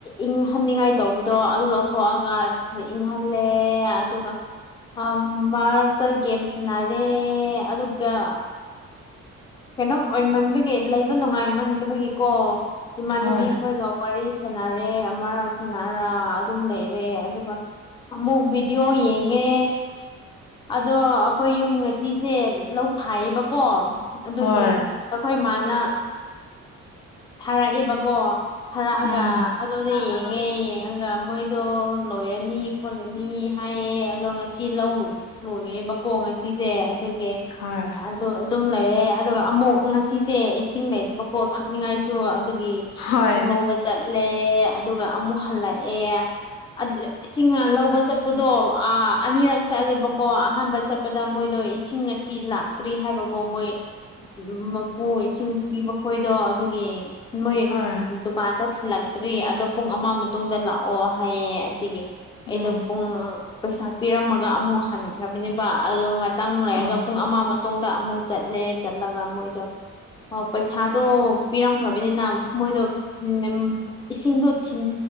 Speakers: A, on the left; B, on the left.
A: ꯏꯪꯍꯟꯅꯤꯡꯉꯥꯏ ꯇꯧꯕꯗꯣ ꯑꯗꯨ ꯂꯧꯊꯣꯛꯑꯒ ꯏꯪꯍꯜꯂꯦ ꯑꯗꯨꯒ ꯑꯥ ꯃꯔꯛꯇ ꯒꯦꯝ ꯁꯥꯟꯅꯔꯦ ꯑꯗꯨꯒ ꯀꯩꯅꯣꯝ ꯑꯣꯏꯃꯟꯕꯒꯤ ꯂꯩꯕ ꯅꯨꯡꯉꯥꯏꯃꯟꯗꯕꯒꯤꯀꯣ ꯏꯃꯥꯟꯅꯕꯤ
B: ꯍꯣꯏ
A: ꯑꯩꯈꯣꯏꯒ ꯋꯥꯔꯤ ꯁꯥꯟꯅꯔꯦ ꯑꯃꯥꯔꯛ ꯁꯥꯟꯅꯔ ꯑꯗꯨꯝ ꯂꯩꯔꯦ ꯑꯗꯨꯒ ꯑꯃꯨꯛ ꯕꯤꯗꯣꯌꯦ ꯌꯦꯡꯉꯦ ꯑꯗꯣ ꯑꯩꯈꯣꯏ ꯌꯨꯝ ꯉꯁꯤꯁꯦ ꯂꯧ ꯊꯥꯏꯌꯦꯕꯀꯣ ꯑꯗꯨꯒꯤ
B: ꯍꯣꯏ
A: ꯑꯩꯈꯣꯏ ꯃꯥꯅ ꯊꯥꯔꯛꯑꯦꯕꯀꯣ ꯊꯥꯔꯛꯑꯒ
B: ꯎꯝ
A: ꯑꯗꯨꯗꯣ ꯌꯦꯡꯉꯦ
B: ꯑꯗꯨꯗꯤ
A: ꯌꯦꯡ <unintelligible> ꯒ ꯃꯣꯏꯗꯣ ꯂꯣꯏꯔꯅꯤ ꯈꯣꯠꯂꯅꯤ ꯍꯥꯏꯌꯦ ꯑꯗꯣ ꯉꯁꯤ ꯁꯤ ꯂꯧ ꯂꯣꯏꯕꯀꯣꯡ ꯉꯁꯤꯁꯦ ꯑꯗꯨꯒꯤ
B: ꯍꯥꯏ
A: ꯑꯗꯨ ꯑꯗꯨꯝ ꯂꯩꯔꯦ ꯑꯗꯨꯒ ꯑꯃꯨꯛ ꯉꯁꯤꯁꯦ ꯏꯁꯤꯡ ꯂꯩꯇꯕꯀꯣ ꯊꯛꯅꯤꯡꯉꯥꯏꯁꯨ ꯑꯗꯨꯒꯤ
B: ꯍꯣꯏ
A: ꯏꯁꯤꯡ ꯂꯧꯕ ꯆꯠꯂꯦ ꯑꯗꯨꯒ ꯑꯃꯨꯛ ꯍꯜꯂꯛꯑꯦ ꯑꯗꯨꯌ ꯏꯁꯤꯡ ꯂꯧꯕ ꯆꯠꯄꯗꯣ ꯑꯅꯤꯔꯛ ꯆꯠꯂꯦꯕꯀꯣ ꯑꯍꯥꯟꯕ ꯆꯠꯄꯗ ꯃꯣꯏꯗꯣ ꯏꯁꯤꯡ ꯉꯁꯤ ꯂꯥꯛ ꯇꯔꯤ ꯍꯥꯏꯕꯀꯣ ꯃꯣꯏ ꯃꯄꯨ ꯏꯁꯤꯡ ꯄꯤꯕ ꯈꯣꯏꯗꯣ ꯑꯗꯨꯒꯤ ꯃꯣꯏ
B: ꯍꯣꯏ
A: ꯗꯨꯀꯥꯟꯗ ꯊꯤꯜꯂꯛꯇ꯭ꯔꯤ ꯑꯗꯣ ꯄꯨꯡ ꯑꯃ ꯃꯇꯨꯡꯗ ꯂꯥꯛꯑꯣ ꯍꯥꯏꯌꯦ ꯑꯗꯨꯒꯤ
B: ꯎꯝ
A: ꯑꯩꯗꯣ ꯄꯨꯡ ꯄꯩꯁꯥ ꯄꯤꯔꯝꯃꯒ ꯑꯃꯨꯛ ꯍꯟꯈ꯭ꯔꯕꯅꯦꯕ ꯑꯗꯣ ꯉꯥꯛꯇꯪ ꯂꯔꯒ
B: ꯎꯝ
A: ꯄꯨꯡ ꯑꯃ ꯃ ꯇꯨꯡꯗ ꯑꯃꯨꯛ ꯆꯠꯂꯦ ꯆꯠꯂꯒ ꯃꯣꯏꯗꯣ ꯄꯩꯁꯥꯗꯣ ꯄꯤꯔꯝꯈ꯭ꯔꯕꯅꯤꯅ ꯃꯣꯏꯗꯣ ꯎ ꯎ ꯏꯁꯤꯡꯗꯣ ꯊꯤꯟ